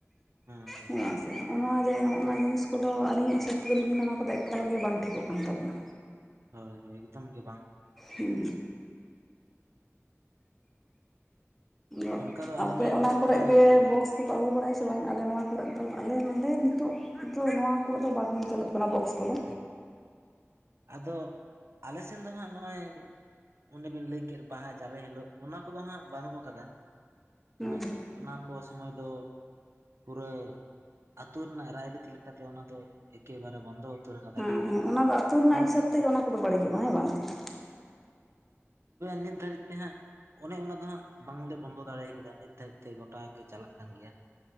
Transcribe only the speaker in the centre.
ᱦᱮᱸ ᱵᱟᱝ ᱥᱮ ᱱᱚᱜᱼᱚ ᱜᱮ ᱱᱚᱜᱼᱚᱱᱚᱣᱟ ᱡᱤᱱᱤᱥ ᱠᱚᱫᱚ ᱟᱹᱞᱤᱧᱟᱜ ᱦᱤᱥᱟᱹᱵ ᱛᱮᱫᱚᱞᱤᱧ ᱢᱮᱱᱟ ᱱᱚᱣᱟ ᱠᱚᱫᱚ ᱮᱠᱟᱞ ᱜᱮ ᱵᱟᱝ ᱴᱷᱤᱠᱚᱜ ᱠᱟᱱ ᱛᱟᱵᱚᱱᱟ
ᱦᱮᱸ ᱟᱫᱚ
ᱟᱯᱮ
ᱚᱱᱟ
ᱠᱚᱨᱮ
ᱜᱮ
ᱵᱚᱠᱥ ᱠᱚ ᱟᱹᱜᱩ ᱵᱟᱲᱟᱭᱟ ᱥᱮ ᱵᱟᱝ ᱟᱞᱮ ᱱᱚᱣᱟ ᱠᱚᱨᱮᱫ ᱫᱚ ᱟᱞᱮ ᱱᱚᱰᱮ ᱱᱤᱛᱚᱜ ᱟᱫᱚ ᱱᱚᱣᱟ ᱠᱚᱨᱮ ᱫᱚ ᱵᱟᱝ ᱪᱟᱹᱞᱩᱜ ᱠᱟᱱᱟ ᱵᱚᱠᱥ ᱠᱚᱫᱚ
ᱦᱮᱸ
ᱦᱮᱸ
ᱦᱮᱸ ᱦᱮᱸ ᱚᱱᱟ ᱫᱚ ᱟᱹᱛᱩ ᱨᱮᱱᱟᱜ
ᱦᱤᱥᱟᱹᱵ ᱛᱮᱜᱮ ᱚᱱᱟ ᱠᱚᱫᱚ ᱵᱟᱹᱲᱤᱡᱚᱜᱼᱟ ᱦᱮᱸ ᱵᱟᱝ ᱥᱮ ᱦᱮᱸ